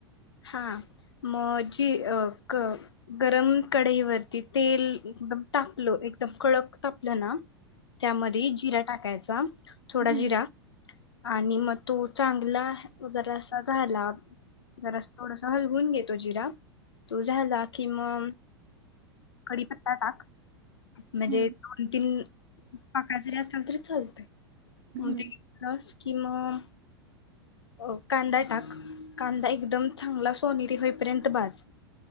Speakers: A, on the left; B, on the right.
A: हा मग जी अ गरम कढईवरती तेल एकदम तापलं एकदम कडक तापलं ना, त्यामध्ये जिरा टाकायचा. थोडा
B: हम्म
A: जिरा आणि मग तो चांगला जरासा झाला जरास थोडस हलवून घे तो जिरा. तो झाला कि मग कडीपत्ता टाक म्हणजे
B: हम्म
A: दोन तीन पाकळ्या जरी असत्याल तरी चालतय.
B: हम्म
A: मग ते घातलस कि मग अ कांदा टाक. कांदा एकदम चांगला सोनेरी होईपर्यंत भाज